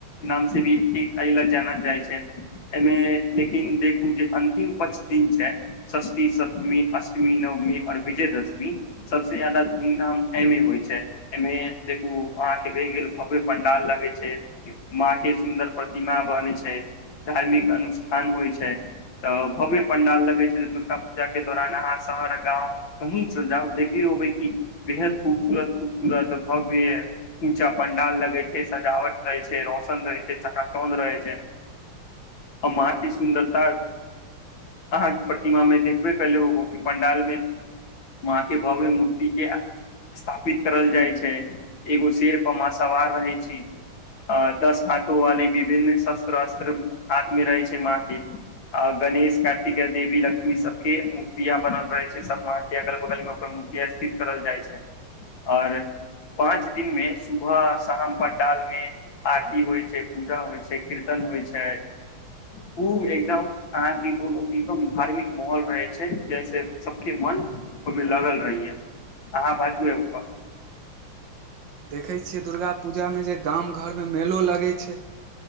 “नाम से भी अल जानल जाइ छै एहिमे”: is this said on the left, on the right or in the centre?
Left